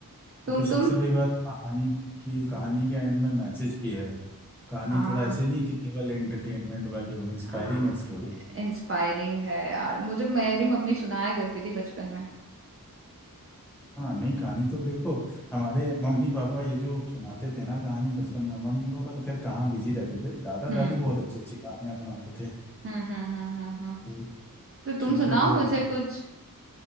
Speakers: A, on the right; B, in the centre.
A: तुम
B: और फिर सबसे
A: तुम
B: बड़ी बात कहानी की कहानी के एंड में मैसेज भी है कहानी
A: हाँ
B: थोड़ा ऐसे नहीं है कि केवल एंटरटेनमेंट वाली हो इंस्पायरिंग
A: हाँ
B: है स्टोरी
A: इंस्पायरिंग है यार मुझे मेरी मम्मी सुनाया करती थी बचपन में
B: हाँ नहीं कहानी तो देखो हमारे मम्मी पापा ये जो सुनाते थे ना कहानी बचपन में मम्मी पापा तो खैर कहाँ बिजी रहते थे दादा
A: हम्म
B: दादी बहुत अच्छी अच्छी कहानियां सुनाते थे
A: हम्म हम्म हम्म हम्म हम्म।
B: तो
A: तो तुम
B: सुनते
A: सुनाओ
B: थे
A: मुझे
B: राज
A: कुछ